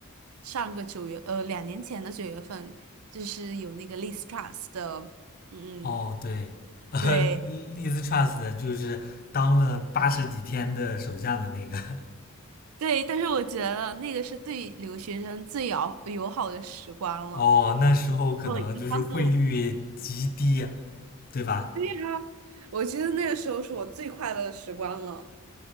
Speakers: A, on the right (about 80°); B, on the left (about 40°).
A: 上个九月，呃，两年前的九月份，就是有那个 Liz t r u s t 的，嗯，
B: 哦，对 <laughs>，呃，
A: 对
B: 利 z trust 就是当了八十几天的首相的那个。<laughs>
A: 对，但是我觉得那个是对留学生最友友好的时光了。
B: 哦，那时候可能就是汇率极低，
A: 然后一般都，
B: 对吧？
A: 对呀，我觉得那个时候是我最快乐的时光了。